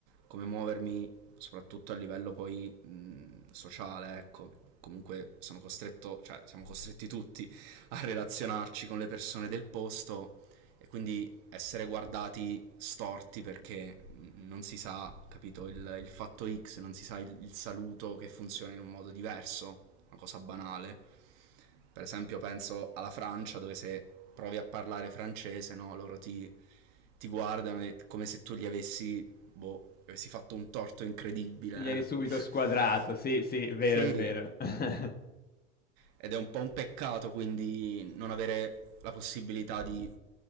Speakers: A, on the right (about 60°); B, on the left (about 30°).
A: come muovermi soprattutto a livello poi mh, sociale, ecco, comunque sono costretto, cioè siamo costretti tutti a relazionarci con le persone del posto e quindi essere guardati storti perché non si sa, capito, il, il fatto X, non si sa il, il saluto che funziona in un modo diverso, una cosa banale. Per esempio penso alla Francia dove se provi a parlare francese, no, loro ti, ti guardano e- come se tu gli avessi, boh, gli avessi fatto un torto incredibile.
B: Vieni
A: eh.
B: subito squadrato,
A: <laughs>
B: sì, sì, vero,
A: Sì,
B: è vero. <laughs>
A: ed è un po' un peccato quindi non avere la possibilità di,